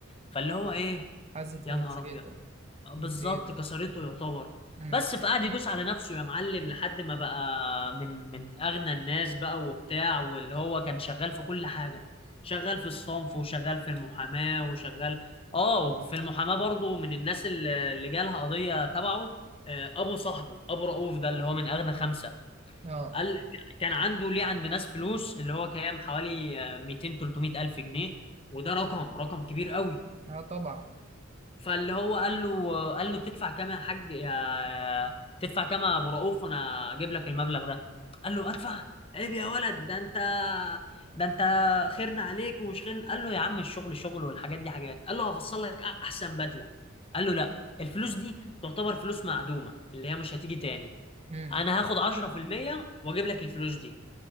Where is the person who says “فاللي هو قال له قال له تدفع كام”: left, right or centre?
Left